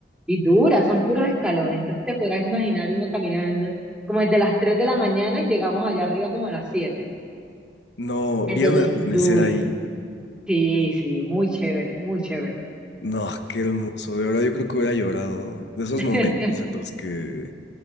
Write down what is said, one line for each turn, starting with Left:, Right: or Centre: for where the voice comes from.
Centre: Y dura, son puros escalones. Entonces te podrás imaginar uno caminando como desde las 3 de la mañana y llegamos allá arriba como a las siete
Left: No,
Centre: Entonces,
Left: ¿vieron el amanecer
Centre: dura.
Left: ahí?
Centre: Sí, sí, muy chévere, muy chévere.
Left: No, qué hermoso. De verdad, yo creo que hubiera llorado. De esos
Centre: <laughs>
Left: momentos en los que